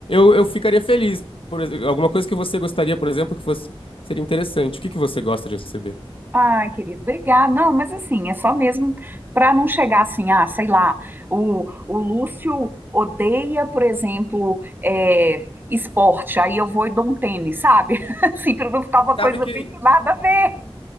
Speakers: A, on the left (about 65°); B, on the right (about 20°).
A: eu, eu ficaria feliz. Por, ex- alguma coisa que você gostaria, por exemplo, que fosse seria interessante. O que que você gosta de receber?
B: Ai, querido, obrigada. Não, mas assim, é só mesmo para não chegar assim, ah, sei lá, o, o Lúcio odeia, por exemplo, é, esporte, aí eu vou e dou um tênis, sabe? <laughs> Assim, para não ficar uma
A: Sabe
B: coisa
A: que
B: muito nada a ver.